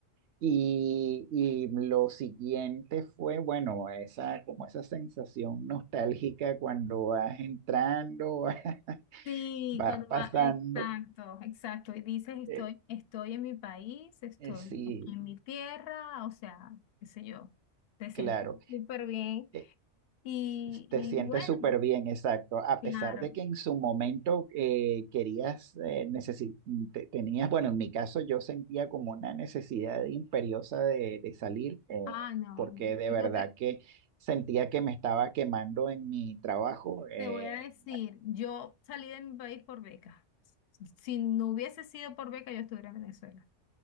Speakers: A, on the right; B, on the left.
A: Y, y lo siguiente fue, bueno, esa, como esa sensación nostálgica cuando vas entrando, <laughs>
B: Sí,
A: vas
B: cuando
A: pasando.
B: va, exacto, exacto. Y dices, estoy,
A: eh,
B: estoy en mi país, estoy
A: eh, sí,
B: aquí en mi tierra, o sea, qué sé yo, te sientes
A: claro.
B: súper bien.
A: Eh,
B: Y,
A: Te
B: y
A: sientes
B: bueno,
A: súper bien, exacto. A
B: claro.
A: pesar de que en su momento eh, querías, eh, necesi- te- tenías, bueno, en mi caso yo sentía como una necesidad imperiosa de, de salir, eh,
B: Ah, no,
A: porque de
B: yo
A: verdad
B: te,
A: que sentía que me estaba quemando en mi trabajo. eh,
B: te voy a decir, yo salí de mi país por beca. Si no hubiese sido por beca, yo estuviera en Venezuela.